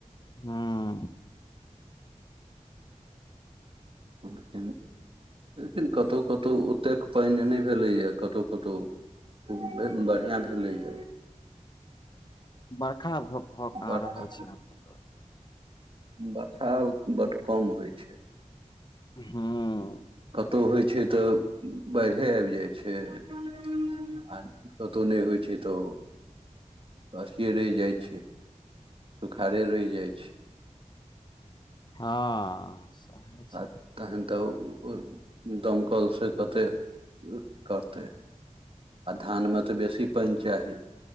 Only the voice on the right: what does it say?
लेकिन लेकिन कतहु कतहु ओतेक पाइन नय भेलैय कतौ कतौ खूब बढ़िया भेलैय
बरखा
बरखा बड्ड कम होइ छै
कतहु होइ छै तऽ बइढ़े आइब जाइ छै आ कतहु नय होइ छै तऽ ओ अथिये रैह जाइ छै सुखाड़े रैह जाइ छै
तऽ
तहन तऽ ओ दमकल से कते करतै आ धानमे तऽ बेसी पाइन चाही